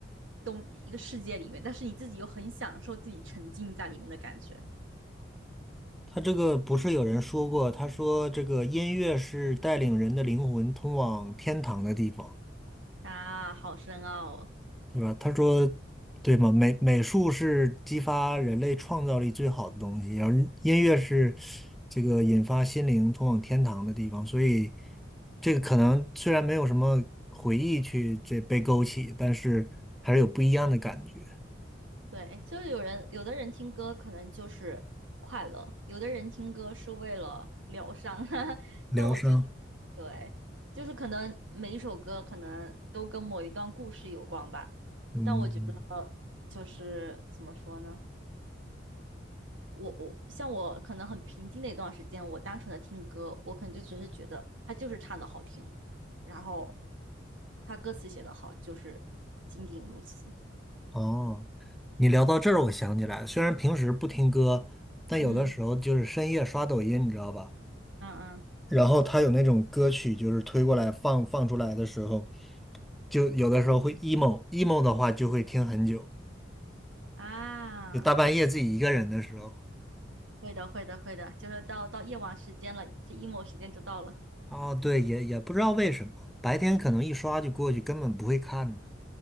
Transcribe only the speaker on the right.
东一个世界里面，但是你自己又很享受自己沉浸在里面的感觉
啊，好深奥哦。
对，就是有人，有的人听歌可能就是快乐，有的人听歌是为了疗伤，<laughs>
但我觉得，对，就是可能每一首歌可能都跟某一段故事有关吧，
但我觉得就是怎么说呢，我我像我可能很平静的一段时间，我单纯的听歌，我可能就只是觉得他就是唱的好听，然后他歌词写的好，就是仅仅如此。
嗯
嗯嗯
啊。
会的，会的，会的，就是到到夜晚时间了，这 emo 时间就到了。